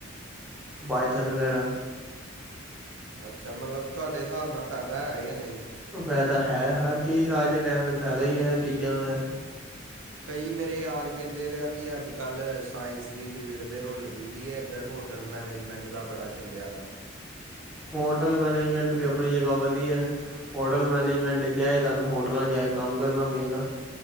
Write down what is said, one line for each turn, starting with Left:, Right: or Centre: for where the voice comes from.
Centre: Python ਵਗੈਰਾ।
Right: ਅੱਛਾ, ਮਤਲਬ ਤੁਹਾਡੇ ਹਿਸਾਬ ਨਾਲ ਫਾਇਦਾ ਐ ਜਾਂ ਨਹੀ।
Centre: ਫਾਇਦਾ ਹੈ, ਹਰ ਚੀਜ਼ ਅੱਜ ਦੇ ਟਾਈਮ ਫਾਇਦਾ ਹੀ ਐ ਚੀਜ਼ਾਂ ਦਾ।
Right: ਕਈ ਮੇਰੇ ਯਾਰ ਕਹਿੰਦੇ ਵੀ ਆ ਕਿ ਅੱਜ ਕੱਲ੍ਹ ਸਾਇੰਸ ਦੀ ਫੀਲਡ ਤੇ ਰੁਲ ਗਈ ਦੀ ਐ, ਇੱਧਰ ਹੋ ਟਲ ਮੈਨੇਜਮੈਂਟ ਦਾ ਬੜਾ ਚੱਲਿਆ ਦਾ।
Centre: ਹੋਟਲ ਮੈਨੇਜਮੈਂਟ ਵੀ ਆਪਣੀ ਜਗਾ ਵਧੀਆ। ਹੋਟਲ ਮੈਨੇਜਮੈਂਟ ਚ ਐ ਹੈ ਤੁਹਾਨੂੰ ਹੋਟਲਾਂ ਚ ਜਾ ਕੇ ਕੰਮ ਕਰਨਾ ਪਏਗਾ।